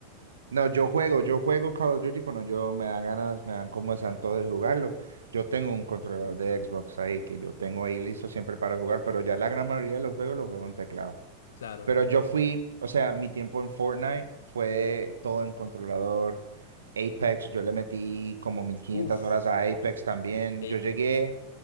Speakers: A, on the right (about 70°); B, on the left (about 65°).
A: No, yo juego, yo juego Call of Duty cuando yo me dan ganas, me dan como santo de jugarlo. Yo tengo un controlador de Xbox ahí que yo tengo ahí listo siempre para jugar, pero ya la gran mayoría de los juegos los juego en teclado.
B: Claro.
A: Pero yo fui, o sea, mi tiempo en Fortnite fue todo en controlador. Apex, yo le metí como mil quinientas
B: Uf,
A: horas a Apex también.
B: Apex.
A: Yo llegué,